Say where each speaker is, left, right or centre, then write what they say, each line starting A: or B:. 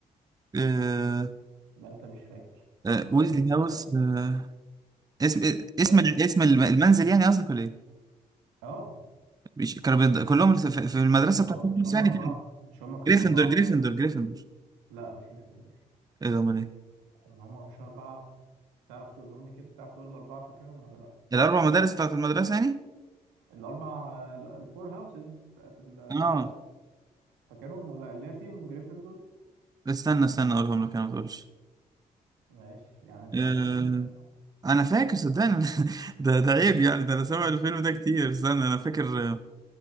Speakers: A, on the right; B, on the right.
A: آه
B: يبقى انت مش فاكر
A: آه
B: هقول
A: ويزلي
B: لك السؤال
A: هاوس آه اسم اسم
B: سؤال
A: اسم المنزل يعني قصدك ولا ايه؟
B: اه
A: مش كانوا بيند- كلهم في في المدرسه
B: ما
A: بتاعتهم
B: هو مش هم
A: يعني
B: أربعة
A: كان
B: مش هم كانوا
A: جريفندور
B: أربعة
A: جريفندور جريفندور
B: لا مش جريفندور
A: ايه ده امال إيه؟
B: ما هم مش أربعة تعرف تقولهم لي كده تعرف تقول الأربعة فاكرهم ولا لا
A: الاربع مدارس بتاعت المدرسه يعني
B: الأربع آه، الفور هاوسز بتاعت المدرسة
A: اه
B: فاكرهم ولا اللي هي فيهم جريفندور
A: استنى استنى اقولهم لك انا ما تقولش
B: ماشي يعني أنت
A: آه،
B: فاكرهم ولا لا؟
A: انا فاكر صدقني <laughs> ده ده عيب يعني ده انا سامع الفيلم ده كتير استنى انا فاكر آه،